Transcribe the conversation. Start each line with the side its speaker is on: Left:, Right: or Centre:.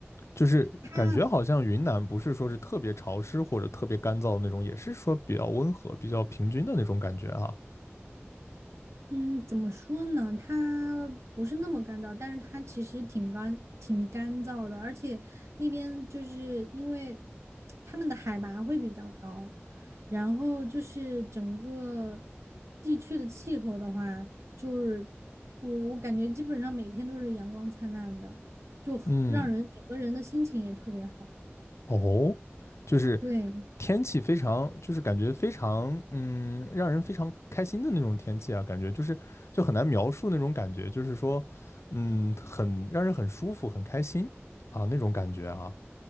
Left: 就是感觉好像云南不是说是特别潮湿或者特别干燥的那种，
Right: 它
Left: 也是说比较温和、比较平均的那种感觉啊。
Right: 嗯，怎么说呢？它不是那么干燥，但是它其实挺干、挺干燥的，而且那边就是因为他们的海拔会比较高，然后就是整个地区的气候的话，就是我我感觉基本上每天都是阳光灿烂的，就很让人整个人的心情也特别好。
Left: 嗯，哦，就是
Right: 对。
Left: 天气非常，就是感觉非常，嗯，让人非常开心的那种天气啊，感觉就是就很难描述那种感觉，就是说，嗯，很让人很舒服、很开心啊那种感觉啊。